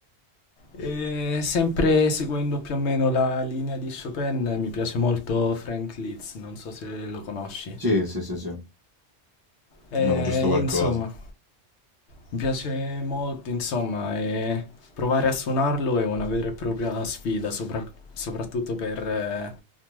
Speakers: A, on the left; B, on the right.
A: E sempre seguendo più o meno la linea di Chopin mi piace molto Frank Liszt, non so se lo conosci.
B: Sì, sì, sì, sì.
A: E,
B: No, giusto qualcosa.
A: insomma, mi piace molto, insomma, e provare a suonarlo è una vera e propria sfida, sopra- soprattutto per eh,